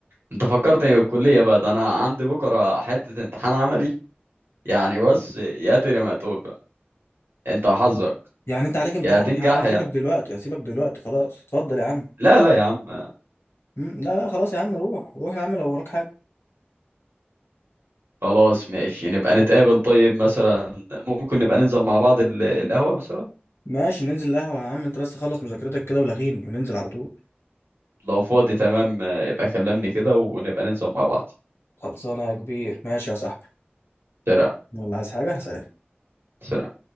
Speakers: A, on the right; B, on the left.
A: أنت فكرتني بالكلية بقى ده أنا عندي بكرة حتة امتحان عملي يعني بص يا ترى ما تقول بقى أنت وحظك
B: يعني انت عليك امتحان
A: يا تنجح
B: يا عم هسيبك
A: يا
B: دلوقتي هسيبك دلوقتي خلاص اتفضل يا عم
A: لا لا يا عم
B: مم، لا لا خلاص يا عم روح روح يا عم لو وراك حاجة
A: خلاص ماشي نبقى نتقابل طيب مثلا ممكن نبقى ننزل مع بعض ال- القهوة مثلا
B: ماشي ننزل القهوة يا عم انت بس خلص مذاكرتك كده ولغيني وننزل على طول
A: لو فاضي تمام آه، يبقى كلمني كده ونبقى ننزل مع بعض
B: خلصانة يا كبير ماشي يا صاحبي
A: سلام
B: والله عايز حاجة سلام
A: سلام